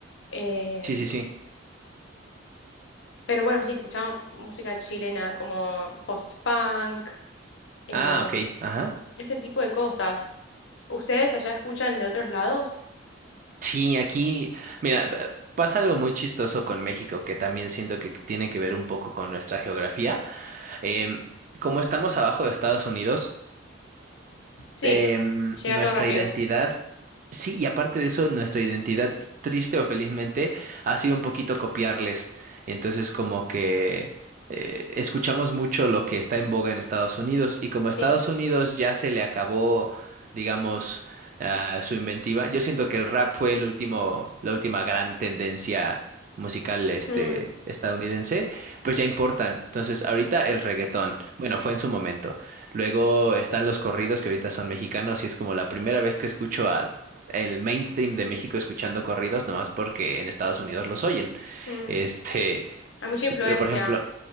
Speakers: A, on the left; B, on the right.
A: Em,
B: Sí, sí, sí.
A: pero bueno, sí, escuchamos música chilena como post-punk, em,
B: Ah, ok. Ajá.
A: ese tipo de cosas. ¿Ustedes allá escuchan de otros lados?
B: Sí, aquí, mira, eh, pasa algo muy chistoso con México, que también siento que tiene que ver un poco con nuestra geografía. Em, como estamos abajo de Estados Unidos,
A: Sí,
B: em,
A: llega
B: nuestra
A: todo rápido.
B: identidad, sí, y aparte de eso, nuestra identidad, triste o felizmente, ha sido un poquito copiarles. Entonces, como que eh, escuchamos mucho lo que está en boga en Estados Unidos, y como
A: Sí.
B: a Estados Unidos ya se le acabó, digamos, ah, su inventiva, yo siento que el rap fue el último, la última gran tendencia. musical este
A: Mm,
B: estadounidense, pues ya importan. Entonces, ahorita el reggaetón, bueno, fue en su momento. Luego están los corridos que ahorita son mexicanos y es como la primera vez que escucho a el mainstream de México escuchando corridos, nomás porque en Estados Unidos los oyen.
A: mm.
B: Este,
A: Hay mucha influencia.
B: pero por ejemplo,